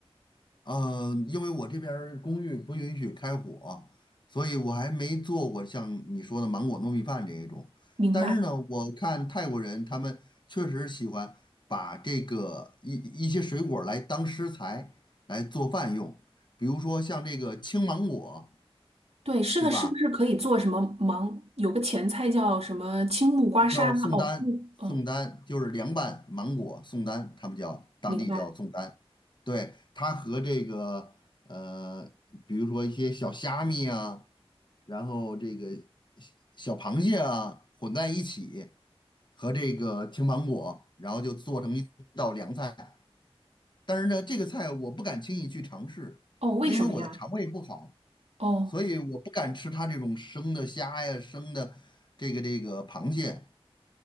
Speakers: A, on the left (about 50°); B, on the right (about 85°).
A: 呃，因为我这边儿公寓不允许开火，所以我还没做过像你说的芒果糯米饭这一种。
B: 明白。
A: 但是呢，我看泰国人他们确实喜欢把这个一一些水果儿来当食材来做饭用，比如说像这个青芒果，
B: 对，是的，
A: 对吧？
B: 是不是可以做什么芒？有个前菜叫什么青木瓜沙拉？
A: 叫宋丹，
B: 哦，嗯嗯，
A: 宋丹就是凉拌芒果，宋丹他们叫当地叫宋丹。
B: 明白。
A: 对，它和这个呃，比如说一些小虾米啊，然后这个小螃蟹啊混在一起，和这个青芒果，然后就做成一道凉菜。但是呢，这个菜我不敢轻易去尝试，
B: 哦，为什么呀？
A: 因为我的肠胃不好，
B: 哦，
A: 所以我不敢吃它这种生的虾呀、生的这个这个螃蟹。